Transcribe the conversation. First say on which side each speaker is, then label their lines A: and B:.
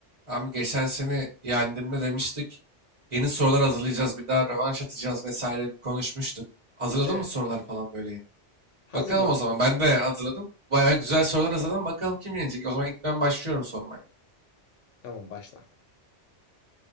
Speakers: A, on the right (about 30°); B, on the left (about 80°).
A: Abi geçen seni yendiğimde demiştik. Yeni sorular hazırlayacağız, bir daha rövanş atacağız vesaire konuşmuştuk. Hazırladın
B: Evet.
A: mı sorular falan böyle yeni?
B: Hazırladım.
A: Bakalım o zaman. Ben de hazırladım. Bayağı güzel sorular hazırladım. Bakalım kim yenecek? O zaman ilk ben başlıyorum sormaya.
B: Tamam başla.